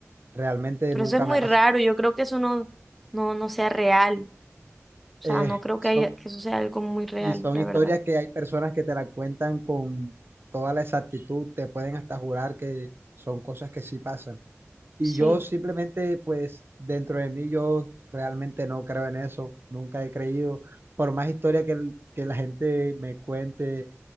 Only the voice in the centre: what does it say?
pero
eso es muy
raro,
yo creo que eso no, no, no sea real, o
sea, no creo que,
haya- que eso sea algo muy real,
la
verdad.
Sí,